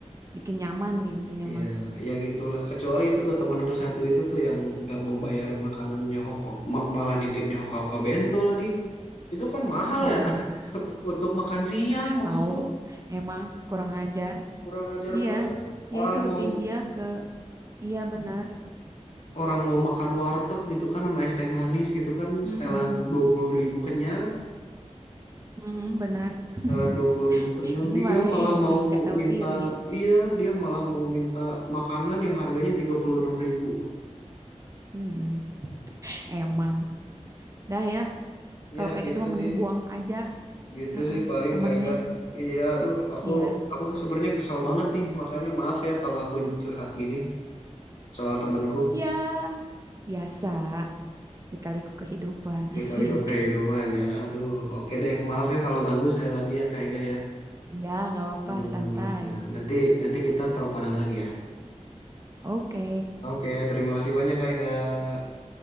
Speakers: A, on the right; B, on the left.
A: bikin nyaman nih intinya
B: iya,
A: mah
B: ya gitulah. Kecuali itu tuh temanku satu itu tuh yang nggak mau bayar makanannya Hoko, ma- malah nitipnya Hoka-Hoka Bento lagi. Itu kan mahal
A: Mm-mm.
B: ya <laughs> untuk makan siang maksudku.
A: tahu emang kurang ajar
B: Kurang ajar
A: iya
B: banget.
A: ya
B: Orang
A: itu lebih
B: mau
A: dia ke iya benar
B: orang mau makan warteg gitu kan sama es teh manis gitu kan
A: Mm-mm.
B: setelan dua puluh ribu kenyang.
A: Mm-mm, benar. <laughs>
B: Sekalian dua puluh ribu kenyang,
A: Ini
B: dia
A: malah
B: malah
A: ini
B: mau
A: nggak tahu
B: minta,
A: diri.
B: iya, dia malah mau minta makanan yang harganya tiga puluh enam ribu.
A: Mm-mm. Emang. Dah ya, kalau
B: Ya
A: kayak
B: gitu
A: gitu mah mending
B: sih,
A: buang aja
B: gitu
A: Heeh,
B: sih paling
A: temannya.
B: kayak gak. Iya, aduh, aku
A: Ya,
B: aku sebenarnya kesel banget nih, makanya maaf ya kalau aku curhat gini soal temanku
A: ya biasa dikaliku kehidupan <laughs>
B: lika-liku
A: asik.
B: kehidupan ya. Aduh, oke deh, maaf ya kalau ganggu sekali lagi ya kayak gak ya.
A: Ya, nggak apa-apa,
B: Meminta
A: santai.
B: maaf ya. Nanti nanti kita teleponan lagi ya.
A: Oke.
B: Oke, terima kasih banyak kayak gak.